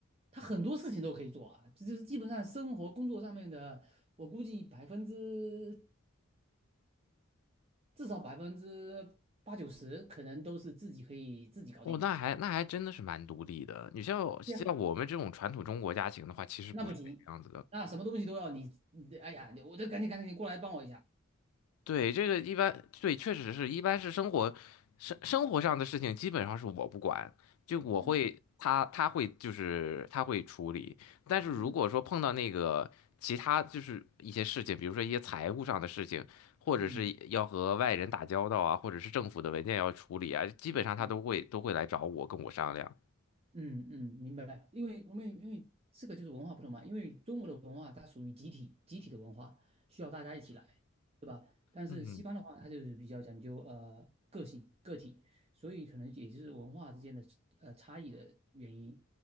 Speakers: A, on the right; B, on the left.
A: 他很多事情都可以做啊，这就是基本上生活工作上面的，我估计百分之至少百分之八九十可能都是自己可以自己搞定的。
B: 哦，那还那还真的是蛮独立的。你像像我们这种传统中国家庭的话，
A: 对呀，
B: 其实不是这个样子的。
A: 那不行，那什么东西都要你，你哎呀，我得赶紧赶紧过来帮我一下。
B: 对，这个一般，对，确实是一般是生活生生活上的事情，基本上是我不管，就我会他他会就是他会处理，
A: 嗯
B: 但是如果说碰到那个其他就是一些事情，
A: 嗯
B: 比如说一些财务上的事情，或者是要和外人打交道啊，
A: 嗯
B: 或者是政府的文件要处理啊，基本上他都会都会来找我跟我商量。
A: 嗯。嗯嗯，明白。因为我们因为这个就是文化不同嘛，因为中国的文化它属于集体集体的文化，需要大家一起来，对吧？但是西方的话，
B: 嗯
A: 它就是比较讲究呃个性个体，所以可能也就是文化之间的呃差异的原因。